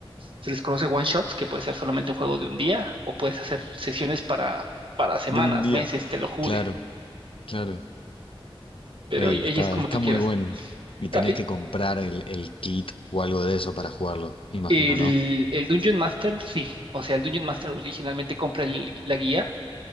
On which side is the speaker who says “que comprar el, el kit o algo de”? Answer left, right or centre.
Left